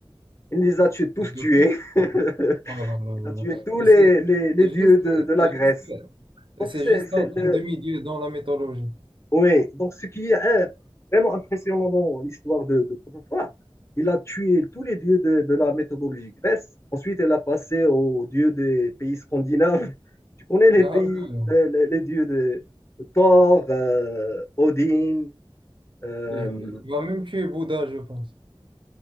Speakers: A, on the left (about 30°); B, on the right (about 60°).
A: Il les a tués, tous
B: Il le
A: tués.
B: fait.
A: <laughs>
B: Oh là là
A: Il
B: là
A: a tué
B: là.
A: tous
B: Et
A: les,
B: c'est
A: les- les
B: c'est
A: dieux
B: juste,
A: de, de la
B: c'est
A: Grèce.
B: juste, et
A: Donc
B: c'est
A: c'est,
B: juste
A: c'est
B: un,
A: le,
B: un demi-dieu dans la mythologie.
A: Oui, donc ce qui est euh, vraiment impressionnant dans l'histoire de, de Protophore, il a tué tous les dieux de, de la méthodologie grecque. Ensuite, il a passé aux dieux des pays scandinaves. <laughs> Tu connais les
B: Ah
A: pays,
B: ouais. ouais.
A: euh, les, les dieux de Thor, euh, Odin, euh,
B: Il, il va même tuer Bouddha, je pense.